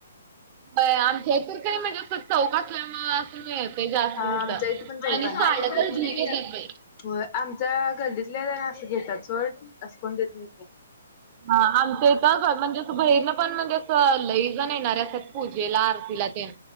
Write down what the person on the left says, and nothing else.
हा
आमच्या इथे पण जाऊ
काय
होय आमच्या गल्लीतल्या अस घेतात सोडं असं कोण देत नाही.